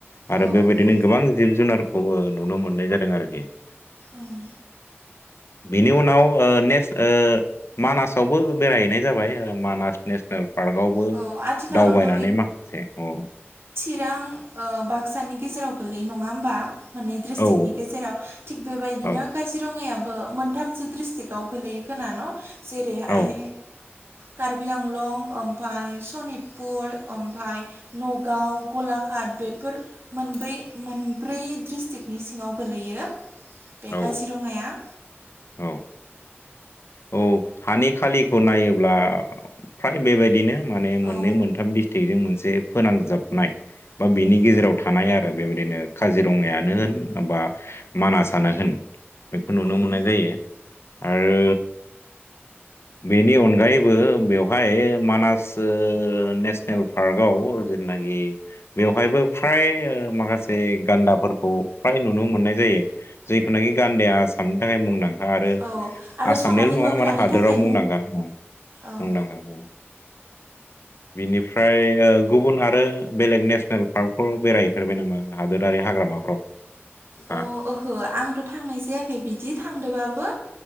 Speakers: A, on the left; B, on the right.
A: आरो
B: औ औ
A: बेबायदिनो गोबां जिब जुनारखौ नुनो मोननाय जादों आरोखि <inaudible>
B: उम
A: बिनि उनाव नेस मानासावबो बेरायहैनाय जाबाय मानास नेसनेल पार्कआवबो
B: औ आथिखालावथ'
A: दावबायनानै माखासे औ
B: चां बाक्सानि गेजेराव गोलै नंङा होमबा माने ड्रिस्ट्रिक्टनि
A: औ
B: गेजेराव थिग बेबायदिनो
A: औ
B: काजिरङायाबो मोनथामसो ड्रिस्ट्रिक्आव गोलैयो खोनान जेरैहाय
A: औ
B: कार्बि आंलं ओमफफ्राय सनितपुर ओमफ्राय नगाव गलाघाट बेफोर मोनब्रै मोनब्रै ड्रिस्ट्रिकनि सिंङाव गोलैयो बे
A: औ
B: खासिरङाया <inaudible>
A: औ औ हानि खालिखौ नायोब्ला फ्राय बेबायदिनो माने मोननै
B: औ
A: मोनथाम दिस्टक्जों मोनसे फोनांजाबनाय बा बिनि
B: उम
A: गेजेराव थानाय आरो बेबाय बिओरैनो काजिरङायानो होन बबा मानासनो होन बेखौ नुनो
B: उम
A: मोननाय जायो आरो बेनि अनगायैबो बेवहाय मानास नेसनेल पार्कआव जेननाय आरो बेवहायबो फ्राय माखासे गान्दाफोरखौ फ्राय नुनो मोननाय जायो जायखौुनाखि गान्दाया आसामनि थाखाय मुंदां आरो
B: औ आरो
A: आसामनिल
B: सनालि
A: नङा
B: मोख्रानि
A: माने हादोराव
B: थाखाय
A: मुंदांखा मुंदांखा
B: औ
A: औ बिनिफ्राय गुबुन आरो बेलेग नेसनेल पार्कफोराव बेरायहैफेरबाय नामा हादोरारि हाग्रामाफ्राव नोंथाङा?
B: अ ओहो आंथ थांनाय जायाखै बिदि थांदोंबाबो